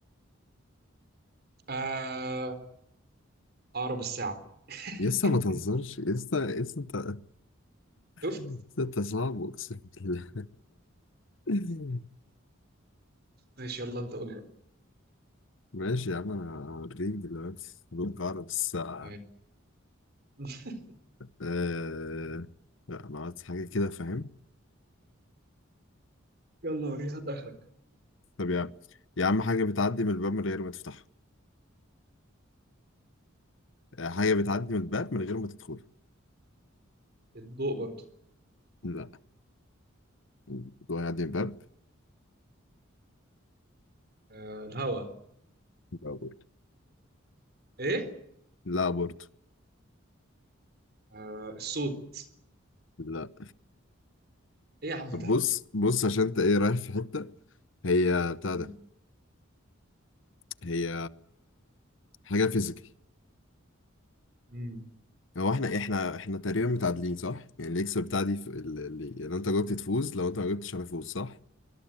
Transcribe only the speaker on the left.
لسه ما تهزرش لسه لسه انت
لسه انت صعب اقسم بالله <laughs>
ماشي يا عم انا هوريك دلوقتي بالعقرب الساعه
آه... لا انا عايز حاجه كده فاهم
طب يا عم يا عم حاجة بتعدي من الباب من غير ما تفتحه هي بتعدي من الباب من غير ما تدخل
لا الموضوع يعدي من الباب
لا برضه
لا برضه
لا
طب
بص بص عشان انت ايه رايح في حتة هي بتاع
ده هي حاجة فيزيكال
هو احنا احنا احنا تقريبا متعادلين صح؟ يعني اللي يكسب بتاعتي في اللي اللي- لو انت جاوبت تفوز لو انت ما جاوبتش انا افوز صح؟